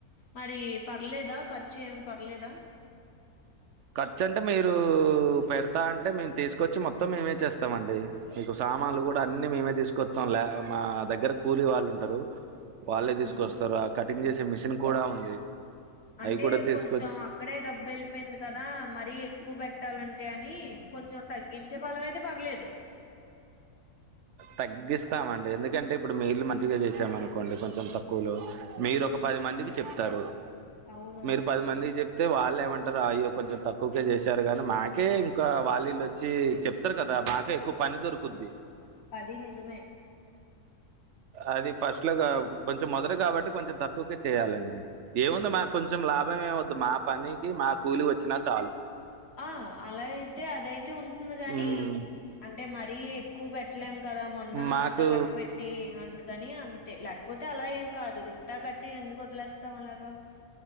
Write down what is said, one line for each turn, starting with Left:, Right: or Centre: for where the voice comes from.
Left: మరి పర్లేదా ఖర్చు ఏమి పర్లేదా
Right: ఖర్చు అంటే మీరు పెడుతా అంటే మేము తీసుకొచ్చి మొత్తం మేమే చేస్తామండి మీకు స సమండ్లు కూడా అన్ని మేమే తీసుకొస్తాం లే మా దగ్గర కూలీ వాళ్ళు ఉంటారు వాళ్ళే తీసుకొస్తారు
Left: ఉమ్
Right: ఆ కటింగ్ చేసే మిషన్ కూడా ఉంది
Left: అంటే
Right: అవి కూడా తీసుకొ
Left: కొంచెం అక్కడే డబ్బు వెళ్ళిపోయింది కదా మరీ ఎక్కువ పెట్టాలం టే అని కొంచెం తగ్గించే బలం అయితే పర్లేదు
Right: తగ్గిస్తామండి ఎందుకంటే ఇప్పుడు మీ ఇల్లు మంచిగా చేసామనుకోండి కొంచెం తక్కువలో మీరు ఒక ప పది మందికి చెప్తారు
Left: అవునవును
Right: మీరు పది మందికి చెప్ అయితే వాళ్ళు ఏమంటారు అయ్యో కొంచెం తక్కువకే చేశారు కానీ మాకే ఇంకా వాళ్ళు ఇళ్ళు వచ్చి చెప్తారు కదా మాకే ఎక్కువ పని దొరుకుద్ది
Left: అది నిజమే
Right: అది ఫస్ట్ లో క కొంచెం మొదట కాబట్టి కొంచెం తక్ క్కువకే చేయాలండి ఏముంది మాకు కొంచెం లాభమేవద్దు మా పనికి మా కూలి వచ్చినా చాలు
Left: ఆ అలా అయితే అదైతే ఉంటుంది గానీ
Right: హ్మ్.
Left: అంటే మ రీ ఎక్కువ పెట్టలేం కదా మొన్న
Right: మాకు
Left: అంతా ఖర్చు పెట్టి అందుకని అ టే లేకపోతే అలా ఏం కాదు ఇంత కట్టి ఎందుకు వదిలేస్తాం అలాగా